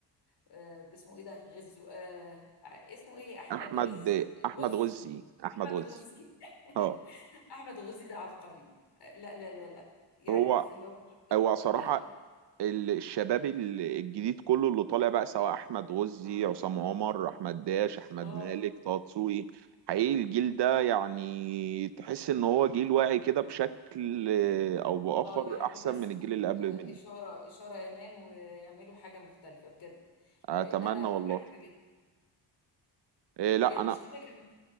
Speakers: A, on the left (about 65°); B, on the right (about 70°).
A: آه، باسمه ايه ده غزو آه، اسمه ايه احمد
B: أحمد
A: غز
B: أحمد
A: غزي
B: غزي أحمد
A: احمد
B: غزي
A: غزي <laughs>
B: أه
A: احمد غزي ده عبقري آه، لا لا لا لا يعني
B: هو
A: في اللي هو محطة
B: هو صراحة
A: ما-
B: ال- الشباب ال- الجديد كله اللي طالع بقى سواء احمد غزي عصام عمر احمد داش احمد
A: اه
B: مالك طه دسوقي حقيقي الجيل ده يعني تحس ان هو جيل واعي كده بشكل او باخر
A: اه يا رب
B: احسن
A: بس
B: من
A: يكون
B: الجيل اللي قبل
A: آه،
B: منه
A: اشارة اشارة يمان ويعملوا حاجة مختلفة بجد لان
B: اتمنى
A: انا فرحت
B: والله
A: جدا
B: إيه لا
A: هي المشكلة
B: انا
A: كمان